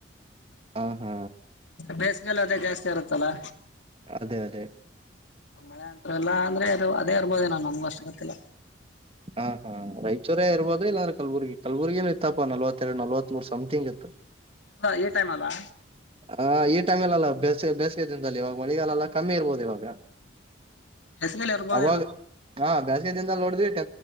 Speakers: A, on the right (about 30°); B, on the left (about 75°).
A: ಹಾ ಹಾ.
B: ಬೇಸಗೆಲು ಅದೇ ಜಾಸ್ತಿ ಇರುತ್ತಲ್ಲಾ.
A: ಅದೇ ಅದೇ.
B: ಮಳೆ ಅಂತ್ರು ಅಲ್ಲ ಅಂದ್ರೆ ಅದು ಅದೇ ಇರ್ಬೋದೇನೋ ನಂಗೂ ಅಷ್ಟು ಗೊತ್ತಿಲ್ಲ.
A: ಹಾ ಹಾ ರಾಯಚೂರೇ ಇರ್ಬೋದು ಇಲ್ಲಾಂದ್ರೆ ಕಲ್ಬುರ್ಗಿ ಕಲ್ಬುರ್ಗಿನು ಇತ್ತಪ್ಪಾ ನಲ್ವತ್ತೆರಡು ನಲವತ್ಮೂರು ಸಂಥಿಂಗ್ ಇತ್ತು.
B: ಅಬ್ಬಾ ಈ ಟೈಮಲ್ಲಾ.
A: ಹಾ ಈ ಟೈಮಲಲ್ಲ ಬೇಸಗೆ ಬೇಸಿಗೆ ದಿನದಲ್ಲಿ ಇವಾಗ ಮಳಿಗಾಲ ಅಲ್ಲ ಕಮ್ಮಿ ಇರ್ಬೋದು ಇವಾಗ.
B: ಬೇಸಿಗೆಲಿ ಇರ್ಬೋದೇನೋ
A: ಅವಾಗ ಹಾ ಬ್ಯಾಸಗೆ ದಿನದಲ್ಲಿ ನೋಡಿದ್ವಿ